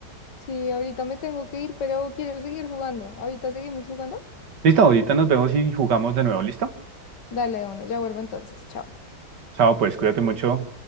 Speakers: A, on the left (about 85°); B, on the right (about 80°).
A: Sí, ahorita me tengo que ir, pero quiero seguir jugando. Ahorita seguimos jugando.
B: Listo, ahorita nos vemos y jugamos de nuevo, ¿listo?
A: Dale, de uno, ya vuelvo entonces. Chao.
B: Chao, pues cuídate mucho.